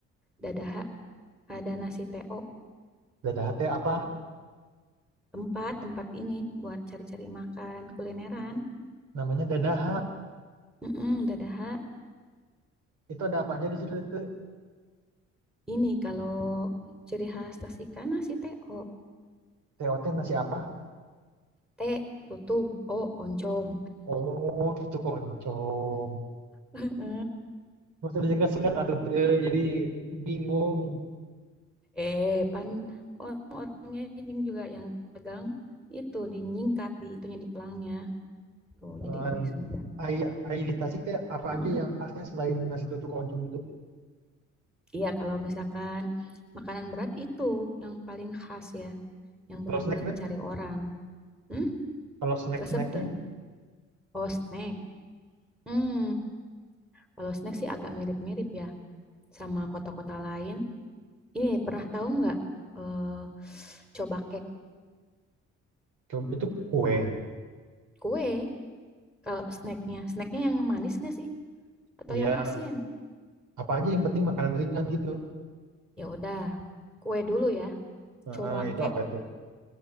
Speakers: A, in the centre; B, on the right.
A: Dadaha, ada nasi TO.
B: Dadah teh apa?
A: Tempat, tempat ini buat cari-cari makan kulineran.
B: Namanya dadah.
A: Mm-mm, Dadaha,
B: Itu ada apa aja di situ tuh?
A: ini kalau ciri khas Tasikan nasi TO.
B: TOT nasi apa?
A: T, tutug, O, oncom.
B: Oh, cucuk oncom.
A: <laughs> itu.
B: Maksudnya singkat-singkat Atuh tuh. Jadi bingung.
A: Eh, pan orang-orangnya yang juga yang pegang itu dinyingkat di itunya di pelangnya. Tuh,
B: Eh,
A: jadi wes Sunda.
B: Ai ai di Tasik teh apa
A: Mm-mm.
B: aja yang khasnya selain nasi tutuk oncom itu? teh?
A: Iya, kalau misalkan makanan berat itu yang paling khas ya, yang benar-benar
B: Kalau snacknya,
A: dicari orang. Hmm?
B: kalau snack-snacknya,
A: Resep tuh, oh snack. Hmm, kalau snack sih agak mirip-mirip ya sama kota-kota lain. Ini pernah tahu nggak? eh coba cake
B: coba itu kue.
A: kue kalau snacknya, snacknya yang manis nggak sih? Atau
B: Iya,
A: yang asin?
B: apa aja yang penting makanan ringan gitu.
A: Ya udah, kue dulu ya.
B: Heeh,
A: Coba
B: itu
A: cake,
B: apa itu?